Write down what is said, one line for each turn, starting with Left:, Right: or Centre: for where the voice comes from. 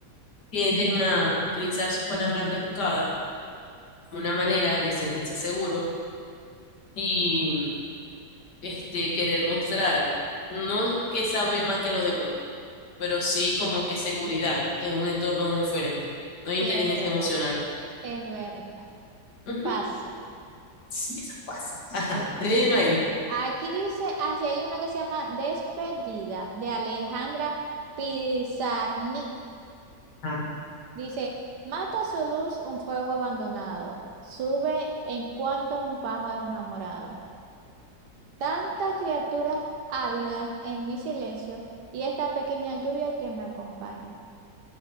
Left: tienden a utilizar sus palabras rebuscadas como una manera de sentirse seguros y este, querer mostrar, no es que saben más que los demás, pero sí como que seguridad en un entorno diferente. No hay
Right: sí,
Left: inteligencia
Right: es verdad.
Left: emocional.
Right: Es verdad.
Left: Ujú.
Right: Pasa.
Left: Sí, eso pasa. Ajá.
Right: Sí, es
Left: Tenía ahí.
Right: Aquí dice, así hay una que se llama Despedida de Alejandra Pizarnik.
Left: Ajá.
Right: Dice, mata su luz un fuego abandonado, sube en cuanto un pájaro enamorado. Tantas criaturas ávidas en mi silencio y esta pequeña lluvia que me acompaña.